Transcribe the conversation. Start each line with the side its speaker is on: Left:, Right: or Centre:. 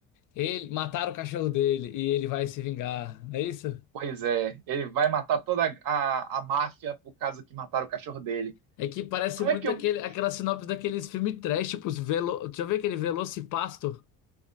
Left: Ele, mataram o cachorro dele e ele vai se vingar, não é isso?
Right: Pois é, ele vai matar toda a, a máfia por causa que mataram o cachorro dele.
Left: É que parece
Right: Como
Left: muito
Right: é que eu
Left: aquele, aquela sinopse daqueles filmes trash, tipo, os velo... deixa eu ver aquele Velocipasto.